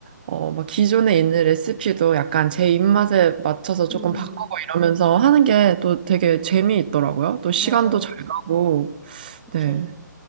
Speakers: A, on the right; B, in the centre.
A: 어, 막 기존에 있는 레시피도 약간 제 입맛에 맞춰서 조금
B: 음,
A: 바꾸고 이러면서 하는 게 또 되게 재미있더라고요. 또 시간도
B: 맞아요,
A: 잘
B: 맞아요.
A: 가고,
B: 그쵸.
A: 네.